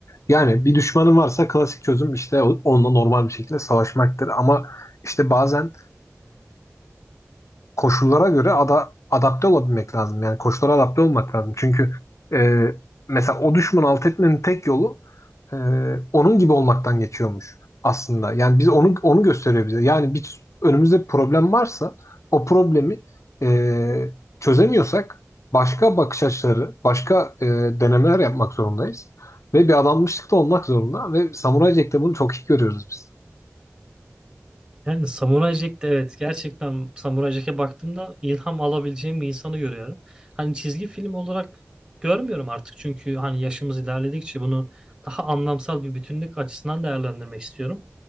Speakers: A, on the left (about 70°); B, on the right (about 15°).
A: Yani bir düşmanın varsa klasik çözüm işte onunla normal bir şekilde savaşmaktır. Ama işte bazen koşullara göre ada, adapte olabilmek lazım. Yani koşullara adapte olmak lazım. Çünkü e, mesela o düşmanı alt etmenin tek yolu e, onun gibi olmaktan geçiyormuş aslında. Yani biz onu onu gösteriyor bize. Yani bir önümüzde bir problem varsa o problemi e, çözemiyorsak başka bakış açıları, başka e, denemeler yapmak zorundayız. Ve bir adanmışlıkta olmak zorunda ve Samuray Jack'te bunu çok iyi görüyoruz biz.
B: Yani Samurai Jack'te evet gerçekten Samurai Jack'e baktığımda ilham alabileceğim bir insanı görüyorum. Hani çizgi film olarak görmüyorum artık çünkü hani yaşımız ilerledikçe bunu daha anlamsal bir bütünlük açısından değerlendirmek istiyorum.